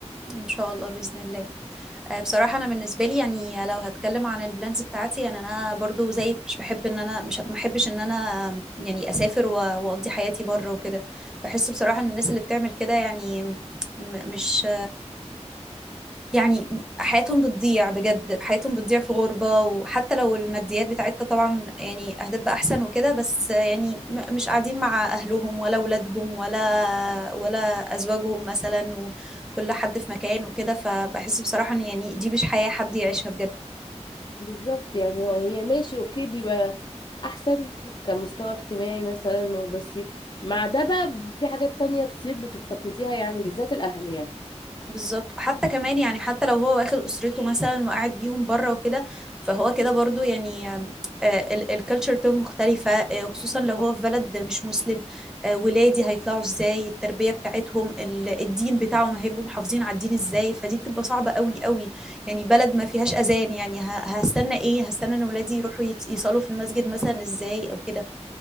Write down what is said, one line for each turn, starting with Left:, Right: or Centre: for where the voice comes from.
Centre: ان شاء الله باذن الله آه، بصراحه انا بالنسبه لي يعني لو هتكلم عن البلانز بتاعتي يعني انا برضو زيك مش بحب ان انا مش ما احبش ان انا يعني اسافر و- واقضي حياتي بره وكده بحس بصراحه ان الناس اللي بتعمل كده يعني م- مش يعني حياتهم بتضيع بجد حياتهم بتضيع في غربة وحتى لو الماديات بتاعتها طبعا يعني هتبقى أحسن وكده بس يعني م- مش قاعدين مع أهلهم ولا أولادهم ولا ولا أزواجهم مثلا وكل حد في مكان وكده فبحس بصراحة إن يعني دي مش حياة حد يعيشها بجد
Left: بالظبط يعني هو هي ماشي اوكي بيبقى احسن كمستوى اجتماعي مثلا وبس مع ده بقى في حاجات تانية كتير بتفتقديها يعني بالذات الاهل يعني
Centre: بالظبط حتى كمان يعني حتى لو هو واخد اسرته مثلا وقاعد بيهم بره وكده فهو كده برضو يعني الكالتشر بتاعته مختلفة آه، وخصوصا لو
Left: صح
Centre: هو في بلد مش مسلم آه، ولادي هيطلعوا ازاي التربية بتاعتهم ال- الدين بتاعهم هيبقوا محافظين على الدين ازاي فدي بتبقى صعبة قوي قوي يعني بلد ما فيهاش اذان يعني ه- هستنى ايه هستنى ان ولادي يروحوا يت- يصلوا في المسجد مثلا ازاي او كده